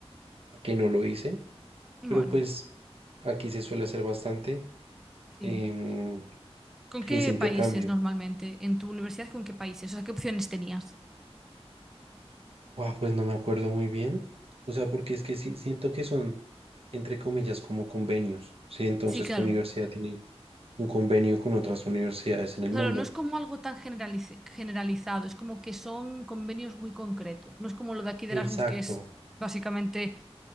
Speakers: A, on the right; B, in the centre.
A: que no lo hice
B: Bueno,
A: Pero pues aquí se suele hacer bastante
B: sí.
A: em,
B: ¿Con
A: ese
B: qué
A: intercambio.
B: países normalmente? ¿En tu universidad con qué países? O sea, ¿qué opciones tenías?
A: Buah, pues no me acuerdo muy bien. O sea, porque es que sí, siento que son, entre comillas, como convenios. Sí, entonces
B: Sí, claro.
A: tu universidad tiene un convenio con otras universidades en el
B: Claro,
A: mundo.
B: no es como algo tan generaliz- generalizado, es como que son convenios muy concretos. No es como lo de aquí de
A: Exacto.
B: Erasmus, que es básicamente